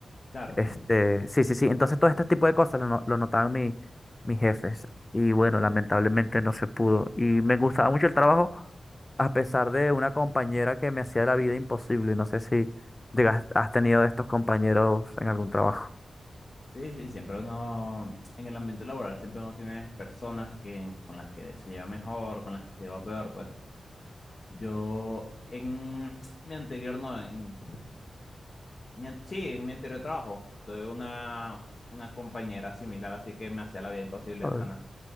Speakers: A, on the left (about 40°); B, on the left (about 20°).
A: Claro.
B: Este, sí, sí, sí. Entonces todo este tipo de cosas lo, no- lo notaban mi- mis jefes. Y bueno, lamentablemente no se pudo. Y me gustaba mucho el trabajo, a pesar de una compañera que me hacía la vida imposible. No sé si llegas, has tenido estos compañeros en algún trabajo.
A: Sí, sí, siempre uno, en el ambiente laboral, siempre uno tiene personas que, con las que se lleva mejor, con las que se lleva peor, pues. Yo en mi anterior, no, en mi, an- sí, en mi anterior trabajo tuve una, una compañera similar, así que me hacía la vida imposible
B: Ay,
A: de pana.